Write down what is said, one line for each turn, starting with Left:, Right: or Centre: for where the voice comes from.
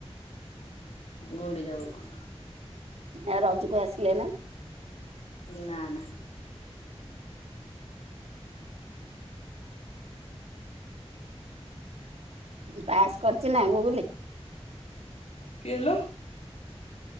Left: ଗୁଣ୍ଡିଚା ବେଳକୁ।
Right: ଆ ରଜକୁ ଆସିଲେ ନାଇଁ?
Left: ନା ନା।
Right: ପାସ୍ କରିଛି ନାଇଁ ଗୁଗୁଲି?
Left: <inaudible> କିଏ ଲୋ?